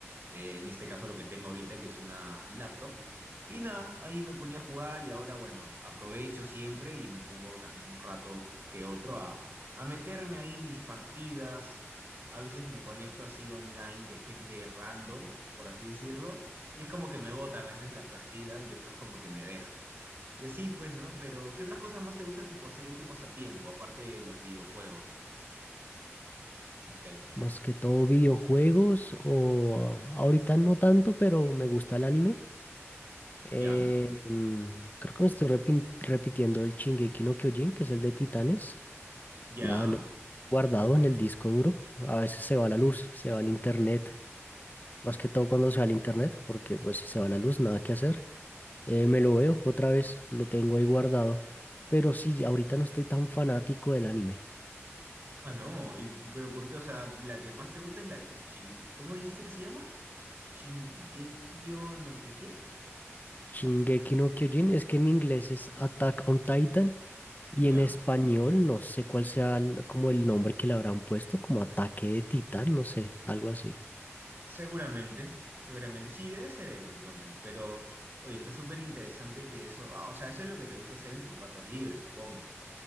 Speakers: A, on the right; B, on the left.
A: eh, en este caso lo que tengo ahorita, que es una laptop. Y nada, ahí me ponía a jugar y ahora, bueno, aprovecho siempre y me pongo también un rato que otro a, a meterme ahí mis partidas. A veces me conecto así online de gente random, por así decirlo, y es como que me botan a veces la partida y otros como que me dejan. Y así pues, ¿no? Pero, ¿qué otras cosas más te gusta tipo hacer en tu pasatiempo, aparte de los videojuegos? No sé.
B: Más que todo videojuegos o ahorita no tanto, pero me gusta el anime. Eh,
A: Ya,
B: mm, creo que me estoy repin- repitiendo el Shingeki no Kyojin, que es el de Titanes.
A: ya.
B: Nada, lo tengo guardado en el disco duro. A veces se va la luz, se va el internet. Más que todo cuando se va el internet, porque pues si se va la luz, nada que hacer. Eh, me lo veo otra vez, lo tengo ahí guardado. Pero sí, ahorita no estoy tan fanático del anime.
A: Ah, no. Y, pero ¿por qué? O sea, la que más te gusta es la Shin... ¿Cómo dijiste que se llama? Shingekio no que qué.
B: Shingeki no Kyojin, es que en inglés es Attack on Titan Y
A: Ya.
B: en español, no sé cuál sea el- como el nombre que le habrán puesto, como ataque de titán, no sé, algo así.
A: Seguramente, seguramente. Sí, debe ser ese entonces. Pero, oye, está súper interesante que eso. ah, o sea, eso es lo que te gusta hacer en tus ratos libres, supongo.